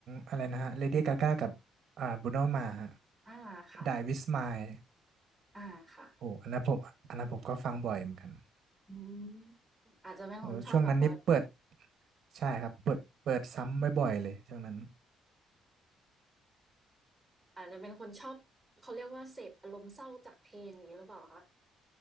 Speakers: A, on the right (about 50°); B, in the centre.
A: อะไรนะฮะ Lady Gaga กับอ่า Bruno Mars ฮะ
B: อาค่ะ
A: Die With Smile
B: อาค่ะ
A: โอ้อันนั้นผมอันนั้นผมก็ฟังบ่อยเหมือนกัน
B: อืมอาจจะเป็นคนชอบแบบว่า
A: โอ้ช่วงนั้นนี่เปิด ใช่ครับ เปิดเปิดซ้ำบ่อยๆเลยช่วงนั้น
B: อาจจะเป็นคนชอบเขาเรียกว่าเสพอารมณ์เศร้าจากเพลงอย่างงี้หรือเปล่าคะ